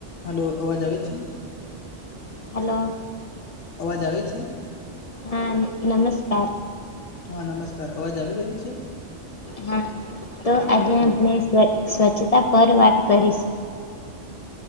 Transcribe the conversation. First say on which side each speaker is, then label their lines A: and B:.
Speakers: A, on the left; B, on the left.
A: Hello અવાજ આવે છે?
B: હલો.
A: અવાજ આવે છે?
B: હા નમસ્કાર.
A: હા નમસ્કાર અવાજ આવી રહ્યો છે.
B: હા તો આજે
A: હા
B: આપણે સ્વચ્છતા પર વાત કરીશું